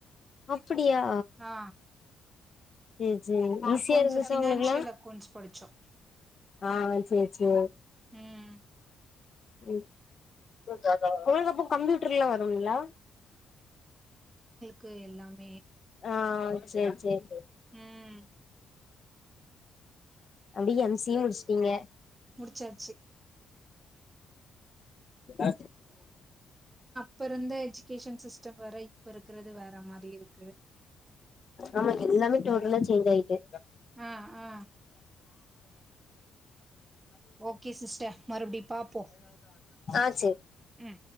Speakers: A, on the left; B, on the right.
A: அப்படியா
B: ஆ
A: சேர் சேரி ஈஸியா
B: அக்கௌண்ட்ஸ்
A: இருந்துச்சா
B: ஃபினான்சியல்
A: உங்களுக்கெல்லா
B: அக்கௌண்ட்ஸ் படிச்சோ
A: ஆ சேர் சே
B: ம்
A: ம் உங்களுக்கப்ப கம்ப்யூட்டர்லா வரும்ங்ளா
B: க்கு எல்லாமே
A: ஆ சேர் சேர்
B: ம்
A: அப்டியே எம் சி ஏ முடிச்சிட்டீங்க
B: முடிச்சாச்சு
A: அ
B: ப்பிருந்த எஜுகேஷன் சிஸ்டம் வேற இப்பிருக்கறது வேற மாரி இருக்கு
A: ஆமா எல்லாமே டோட்டல்லா சேஞ்ச் ஆயிட்டு
B: ஆ ஆ ஓகே சிஸ்டர் மறுபடி பாப்போ
A: ஆ சேர்
B: ம்